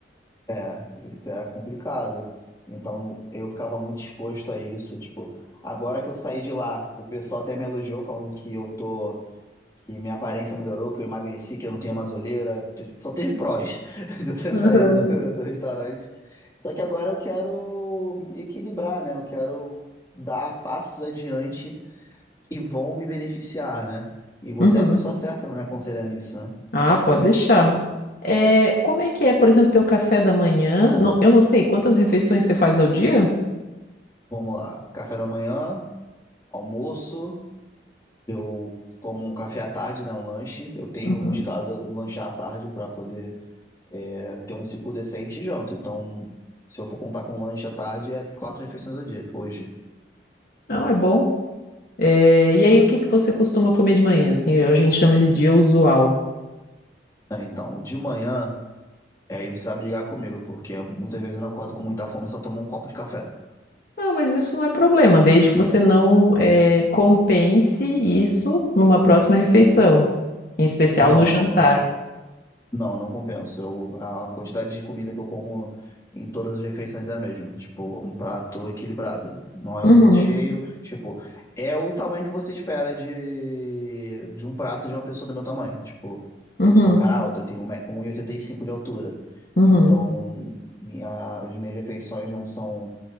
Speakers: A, on the left; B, on the left.
A: É, isso é complicado. Então eu ficava muito exposto a isso. Tipo, agora que eu saí de lá, o pessoal até me elogiou falando que eu tô. que minha aparência melhorou, que eu emagreci, que eu não tenho mais olheira. Tipo, Só teve prós <laughs> de eu ter
B: Aham.
A: saído do, do restaurante. Só que agora eu quero equilibrar, né? Eu quero dar passos adiante que vão me beneficiar, né? E você
B: Uhum.
A: é a pessoa certa para me aconselhar nisso, né?
B: Ah, pode deixar. É, como é que é, por exemplo, teu café da manhã? Não- eu não sei, quantas refeições você faz ao dia?
A: Vamos lá. Café da manhã, almoço. Eu tomo um café à tarde, né? Um lanche. Eu tenho
B: Uhum.
A: buscado lanchar à tarde para poder é, ter um ciclo decente e janto. Então, se eu for contar com lanche à tarde, é quatro refeições ao dia, hoje.
B: Não, é bom. É, e aí, o que que você costuma comer de manhã? Assim, a gente chama de dia usual.
A: né? então, de manhã, é, aí você vai brigar comigo, porque muitas vezes eu não acordo com muita fome e só tomo um copo de café.
B: Ah, mas isso não é problema, desde que você não é, compense isso numa próxima refeição, em especial
A: Não,
B: no jantar.
A: não, não, Não, não compensa. Eu- a quantidade de comida que eu como em todas as refeições é a mesma. Tipo, um prato equilibrado. Não é
B: Uhum,
A: muito cheio. Tipo, é o tamanho que você espera de, de um prato de uma pessoa do meu tamanho. Tipo,
B: uhum,
A: eu sou um cara alto, eu tenho um me- um e e oitenta e cinco de altura.
B: uhum,
A: Então, minha, as minhas refeições não são.